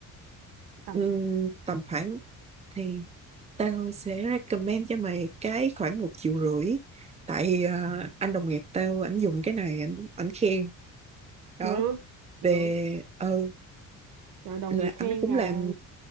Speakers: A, on the right; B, on the right.
A: tầm
B: Ừm, tầm khoảng thì Tao sẽ recommend cho mày cái khoảng một triệu rưỡi tại ờ, anh đồng nghiệp tao ảnh dùng cái này ảnh ảnh khen đó
A: được được
B: về ừ
A: rồi đồng
B: là
A: nghiệp khen
B: ảnh cũng
A: à
B: làm